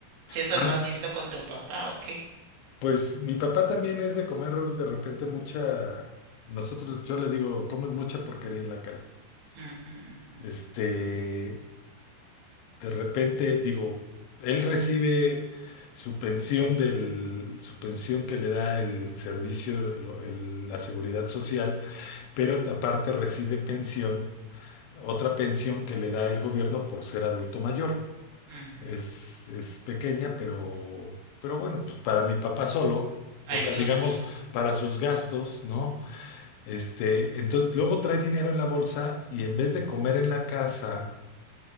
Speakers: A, on the right (about 65°); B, on the left (about 75°).
A: si eso
B: Ah,
A: lo has visto con tu papá o qué.
B: pues mi papá también es de comer de repente mucha, nosotros, yo le digo, comes mucha porquería en la calle.
A: Ujú, ujú,
B: Este, De repente, digo, él recibe su pensión del, su pensión que le da el servicio, lo- el- la seguridad social, pero aparte recibe pensión, otra pensión que le da el gobierno por ser adulto mayor.
A: ujú.
B: Es, es pequeña, pero, pero bueno, pues para mi papá solo,
A: Ayuda,
B: o sea, digamos,
A: sí.
B: para sus gastos, ¿no? Este, entonces luego trae dinero en la bolsa y en vez de comer en la casa